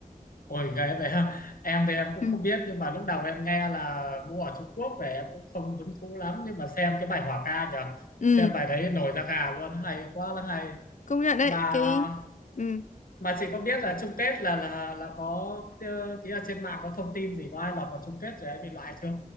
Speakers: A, on the left; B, on the left.
A: Ôi ghê vậy ha. Em thì em cũng
B: Ừ,
A: không biết nhưng mà lúc đầu em nghe là mua ở Trung Quốc về em cũng không hứng thú lắm nhưng mà xem cái bài hỏa ca nhờ.
B: ừ,
A: Xem bài đấy nổi da gà luôn, hay quá là hay.
B: công nhận đấy,
A: Mà
B: cái ừ.
A: mà chị có biết là chung kết là là là có kia kia trên mạng có thông tin gì có ai lọt vào chung kết rồi em bị loại chưa?